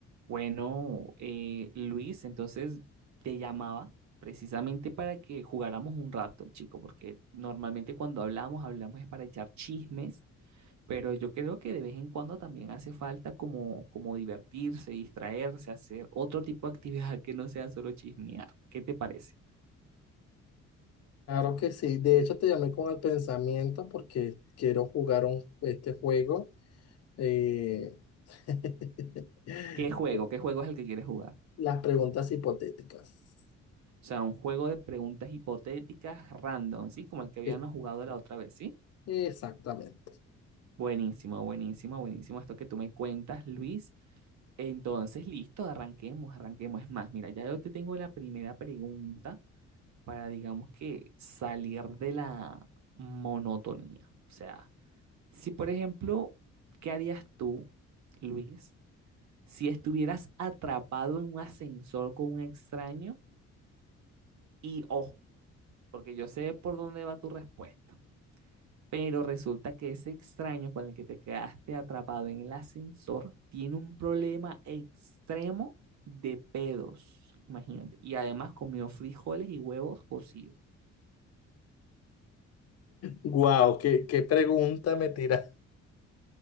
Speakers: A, on the right; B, on the left.
A: Bueno, eh, Luis, entonces te llamaba precisamente para que jugáramos un rato, chico, porque normalmente cuando hablamos, hablamos es para echar chismes, pero yo creo que de vez en cuando también hace falta como, como divertirse, distraerse, hacer otro tipo de actividad que no sea solo chismear. ¿Qué te parece?
B: Claro que sí. De hecho, te llamé con el pensamiento porque quiero jugar un- este juego. eh, <laughs>
A: ¿Qué juego? ¿Qué juego es el que quieres jugar?
B: las preguntas hipotéticas.
A: O sea, un juego de preguntas hipotéticas random, ¿sí? Como el que habíamos
B: Eh,
A: jugado la otra vez, ¿sí?
B: exactamente.
A: Buenísimo, buenísimo, buenísimo esto que tú me cuentas, Luis. Entonces, listo, arranquemos, arranquemos. Es más, mira, ya yo te tengo la primera pregunta para, digamos que, salir de la monotonía. O sea, si por ejemplo, ¿qué harías tú, Luis, si estuvieras atrapado en un ascensor con un extraño? Y ojo, porque yo sé por dónde va tu respuesta. Pero resulta que ese extraño con el que te quedaste atrapado en el ascensor tiene un problema extremo de pedos, imagínate. Y además comió frijoles y huevos cocidos.
B: Wow, qué, qué pregunta me tira.